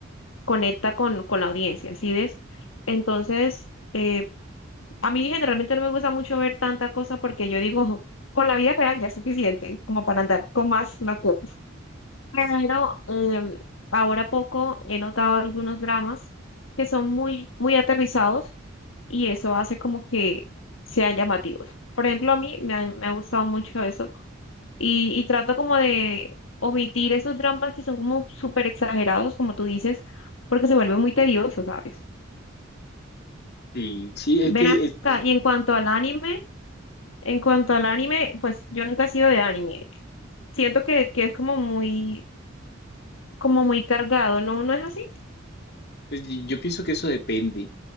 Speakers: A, on the left; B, on the left.
A: conecta con, con la audiencia, ¿sí ves? Entonces, eh, a mí generalmente no me gusta mucho ver tanta cosa porque yo digo, <laughs> con la vida real ya es suficiente como para andar con más locuras. Pero em, ahora poco he notado algunos dramas que son muy, muy aterrizados y eso hace como que sean llamativos. Por ejemplo, a mí me han- me ha gustado mucho eso y, y trato como de omitir esos dramas que son como súper exagerados, como tú dices, porque se vuelve muy tedioso, ¿sabes?
B: Y sí, es
A: Ven
B: que
A: acá,
B: es-
A: y en cuanto al anime, en cuanto al anime, pues yo nunca he sido de anime. Siento que, que es como muy, como muy cargado, ¿no? ¿No es así?
B: Pues y- yo pienso que eso depende,